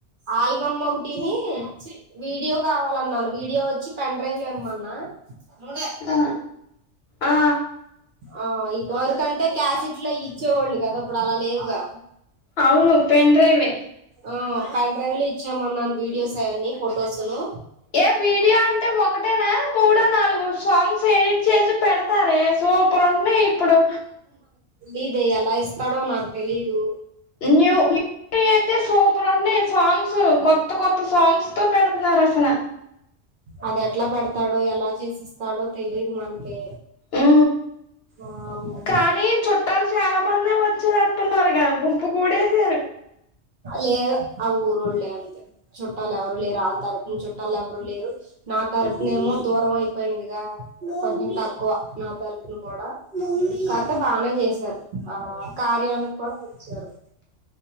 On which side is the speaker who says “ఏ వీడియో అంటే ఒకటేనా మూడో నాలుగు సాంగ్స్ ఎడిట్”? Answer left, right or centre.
Left